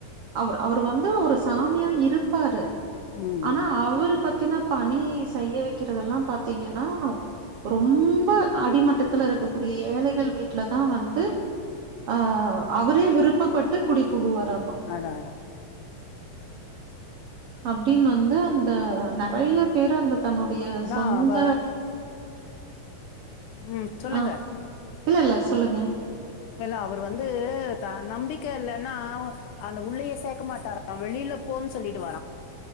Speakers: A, on the right; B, on the left.
A: அவர் அவரு வந்து ஒரு சாமியா இருப்பாரு
B: ம்,
A: ஆனா
B: ம்.
A: அவுரு பத்தின பணி செய்ய வெக்கிறதெல்லா பாத்தீங்கன்னா ரொம்ப அடிமட்டத்துல இருக்கக்கூடிய ஏழைகள் வீட்லதா வந்து ஆ அவரே விருப்பப்பட்டு குடி புகுவாராமா
B: அதா அதா
A: அப்டின்னு வந்து அந்த நெறைய பேரு அந்த தன்னுடைய
B: அதான்
A: சொந்த
B: அவ ம். சொல்லுங்க.
A: ஆ இல்ல இல்ல சொல்லுங்க
B: இல்ல அவரு வந்து நம்பிக்க இல்லன்னா அந்த உள்ளயே சேக்க மாட்டாரா வெளியில போன்னு சொல்லிடுவாரா